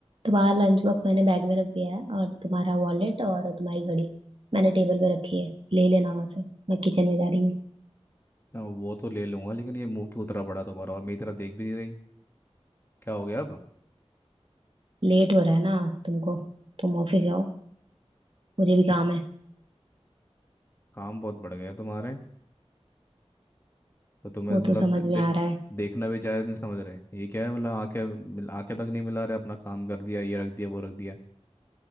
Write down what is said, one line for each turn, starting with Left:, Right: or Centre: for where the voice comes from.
Right: तुम्हारा लंच बॉक्स मैंने बैग में रख दिया है और तुम्हारा वॉलेट और तुम्हारी घड़ी मैंने टेबल पे रखी है ले लेना वहां से मैं किचन में जा रही हूँ
Left: ना वो तो ले लूंगा लेकिन ये मुंह क्यों उतरा पड़ा तुम्हारा और मेरी तरफ देख भी नहीं रही क्या हो गया अब
Right: लेट हो रहा है ना तुमको तुम ऑफिस जाओ मुझे भी काम है
Left: काम बहुत बढ़ गया तुम्हारे तो तुम्हें
Right: वो
Left: मतलब
Right: तो समझ
Left: दे,
Right: में आ
Left: दे,
Right: रहा है
Left: देखना भी जायज नहीं समझ रहे ये क्या है मतलब आंखें मिल- आंखें तक नहीं मिला रहे अपना काम कर दिया ये रख दिया वो रख दिया